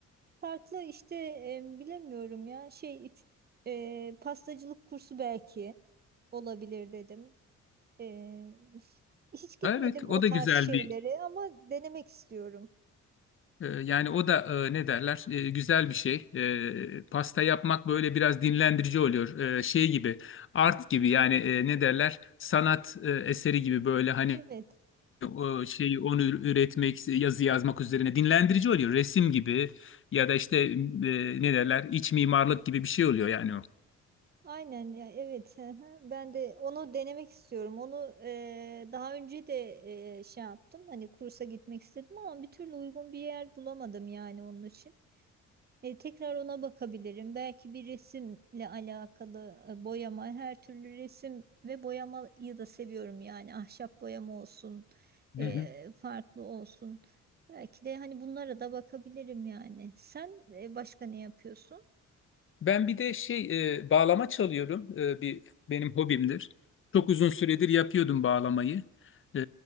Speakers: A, on the right; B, on the left.
A: Farklı işte e, bilemiyorum ya şey iç- e, pastacılık kursu belki olabilir dedim. Ee, hiç gitmedim
B: Evet, o
A: o
B: da
A: tarz
B: güzel
A: şeylere
B: bir
A: ama denemek istiyorum.
B: Ee, Yani o da e, ne derler e, güzel bir şey. E, pasta yapmak böyle biraz dinlendirici oluyor. E, şey gibi art gibi yani e, ne derler sanat e, eseri gibi böyle hani
A: Evet,
B: o şeyi onu ür- üretmek yazı yazmak üzerine dinlendirici oluyor. Resim gibi ya da işte e, ne derler iç mimarlık gibi bir şey oluyor yani
A: aynen ya evet. hı hı. Ben de onu denemek istiyorum. Onu eee, daha önce de eee, şey yaptım. Hani kursa gitmek istedim ama bir türlü uygun bir yer bulamadım yani onun için. E, tekrar ona bakabilirim. Belki bir resimle alakalı e, boyama, her türlü resim ve boyamayı da seviyorum yani ahşap boyama olsun, e,
B: o.
A: farklı olsun. Belki de hani bunlara da bakabilirim yani. Sen e, başka ne yapıyorsun?
B: Ben bir de şey e, bağlama çalıyorum. E, bir benim hobimdir. Çok uzun süredir yapıyordum bağlamayı. E,